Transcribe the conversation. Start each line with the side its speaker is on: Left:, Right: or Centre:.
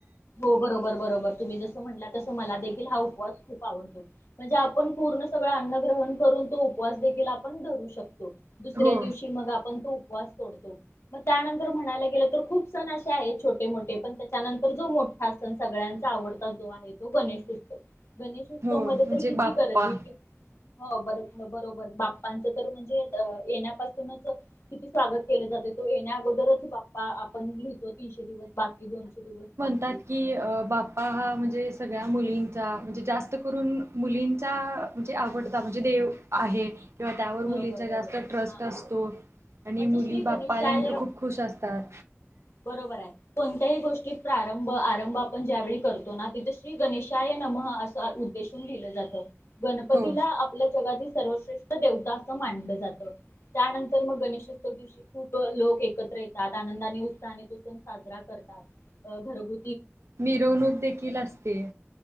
Left: हो बरोबर बरोबर तुम्ही जसं म्हटला तसं मला देखील हा उपवास खूप आवडतो. म्हणजे आपण पूर्ण सगळं अन्न ग्रहण करून तो उपवास देखील आपण धरू शकतो. दुसऱ्या
Right: हो
Left: दिवशी मग आपण तो उपवास तोडतो मग त्यानंतर म्हणायला गेलं तर खूप सण असे आहेत छोटे मोठे पण त्याच्यानंतर जो हा सण सगळ्यांचा आवडता जो आहे तो गणेश उत्सव गणेशोत्सव
Right: हो
Left: मध्ये
Right: म्हणजे
Left: तर किती
Right: बाप्पा
Left: गर्दी हो बरो बरोबर बाप्पांचं तर म्हणजे येण्यापासूनच किती स्वागत केलं जातं तो येण्या अगोदरच बाप्पा आपण लिही तो तीनशे दिवस बाकी दोनशे दिवस बाकी
Right: तात की बाप्पा हा म्हणजे सग सगळ्या मुलींचा म्हणजे जास्त करून मुलींचा म्हणजे आवडता म्हणजे देव आहे. किंवा त्यावर
Left: बरोबर
Right: मुलींचा
Left: बरोबर
Right: जास्त ट्रस्ट
Left: हा
Right: असतो. आणि
Left: म्हणजे
Right: मुली
Left: श्री गणेशाय
Right: बाप्पा आल्यानंतर खूप खुश असतात.
Left: बरोबर आहे. कोणत्याही गोष्टीत प्रारंभ आरंभ आपण ज्यावेेळी करतो ना तिथं श्री गणेशाय नमः असं उद्देशून लिहिलं जातं. गणपतीला
Right: हो
Left: आपल्या जगाची सर्वश्रेष्ठ देवता असं मानलं जात. त्यानंतर मग गणेशोत्सव दिवशी खूप लोक एकत्र येतात. आनंदाने उत्साहाने तो सण साजरा करतात घरगु
Right: मिरवणूक देखील असते.